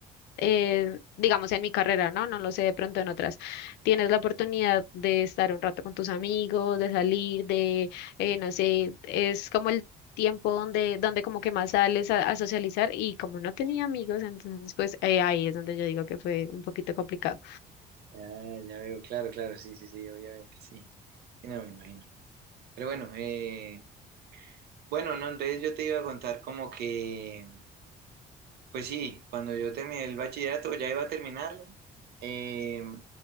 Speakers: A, on the left (about 80°); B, on the right (about 70°).
A: eh, digamos, en mi carrera, ¿no? No lo sé, de pronto en otras. Tienes la oportunidad de estar un rato con tus amigos, de salir, de, eh, no sé, es como el tiempo donde, donde como que más sales a, a socializar y como no tenía amigos, entonces pues eh, ahí es donde yo digo que fue un poquito complicado.
B: Ah, ya veo, claro, claro, sí, sí, sí, obviamente, sí. Sí, No, me imagino. Pero bueno, eh, bueno, no, entonces yo te iba a contar como que... Pues sí, cuando yo terminé el bachillerato, ya iba a terminarlo, eh,